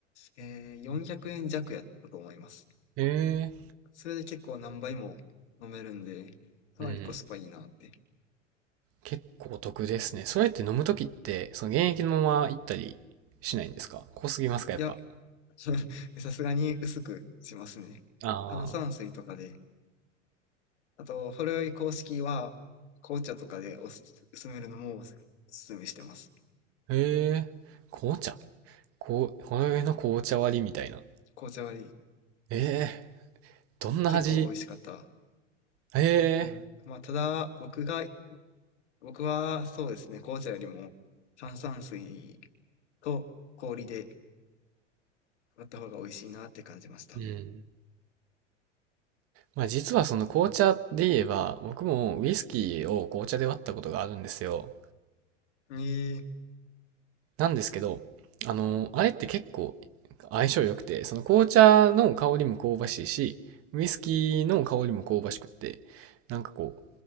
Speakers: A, on the left (about 65°); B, on the right (about 35°).
A: えー400円弱やったと思います。
B: え
A: それで結構何倍も飲めるんで、かなりコスパいいなって。
B: え、うん。結構お得ですね。それって飲むときって、その現役のまま行ったりしないんですか濃すぎますかやっぱ。
A: いや、<laughs> さすがに薄くしますね。
B: あ
A: 炭酸水とかであと、ほろ酔い公式は、紅茶とかでおすすめるのもおすすめしてます。
B: あ。へえ。紅茶こう、ほろ酔いの紅茶割りみたいな。
A: 紅茶は
B: ええ。どんな味
A: 結構美味しかった。
B: え
A: うん。まあ、ただ、僕が、僕はそうですね、紅茶よりも炭酸水と氷で割った方が美味しいなって感じました。
B: え。うん。まあ実はその紅茶で言えば、僕もウイスキーを紅茶で割ったことがあるんですよ。
A: ええ、
B: なんですけど、あの、あれって結構相性良くて、その紅茶の香りも香ばしいし、ウイスキーの香りも香ばしくって、なんかこう、